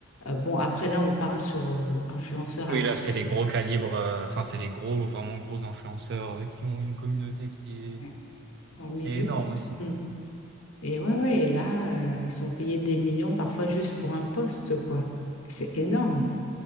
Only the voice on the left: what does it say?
Euh, bon, après, là, on parle sur euh, influenceurs à...
Ouais. en millions.
Mm. Et ouais, ouais, et là, euh, ils sont payés des millions parfois juste pour un poste, quoi. C'est énorme.